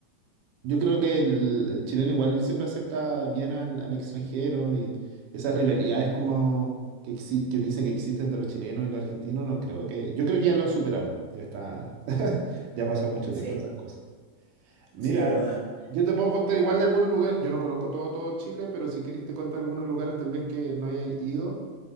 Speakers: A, on the right; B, on the right.
A: Yo creo que el, el chileno igual siempre acepta bien al, al extranjero y esas rivalidades como que, exi- que dicen que existen entre los chilenos y los argentinos, no creo que... Yo creo que ya lo superamos, ya está, <laughs> ya ha pasado mucho
B: Sí,
A: tiempo de esas cosas. Mira,
B: sí, es verdad.
A: yo te puedo contar igual de algunos lugares, yo no conozco todo, todo Chile, pero si querés te contar algunos lugares tal vez que no hayas ido.